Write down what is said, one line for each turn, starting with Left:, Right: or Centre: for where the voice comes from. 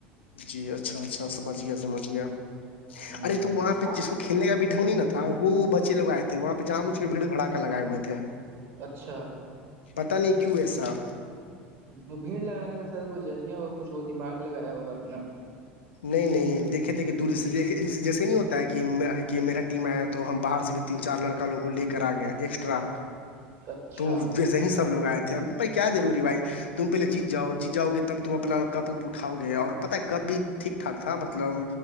Left: جی اچھا اچھا سمجھ گیا سمجھ گیا
Right: ہ
Left: ارے تو وہاں پہ
Right: آپ
Left: جس
Right: نہیں
Left: کو
Right: کرتے؟
Left: کھیلنے کا بھی ڈھنگ نہیں ن تھا تھا وہ بچے لگئےے وہاںہ جانچ کے بھیڑ بڑا لگائے ہوئے تھے
Right: اچھا
Left: پتا نہیں کیوں ایسا
Right: ہ بھیڑ لگانے کا سر کوئی ذریعہ ہوگا کچھ وہ دماغ لگایا ہوگا اپنا
Left: نہیں نہیں دیکھے تھے کہ دور سے د جیسے نہیں ہوتا ہے کہ کہ میرا ٹیم آیا تو ہم باہر سے بھی تین چار لڑکا لوگ کو لے کر آ گئے ایکسٹرا
Right: اچھا
Left: تو ویسے ہی سب لوگ آئے تھے ہم کیا روری بھائی تم پہلےیت جاؤ جیت جاؤ گے تب تم اپنا کپ اٹاؤ گے اور پتا ہے کب بھی ٹھیک ٹھاک تھا مطلب